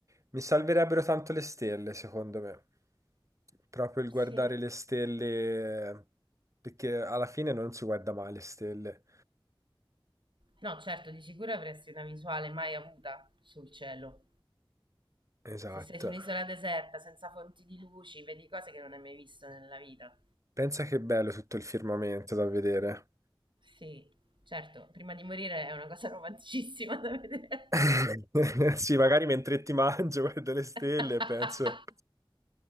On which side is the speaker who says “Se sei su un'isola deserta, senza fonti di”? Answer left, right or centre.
Right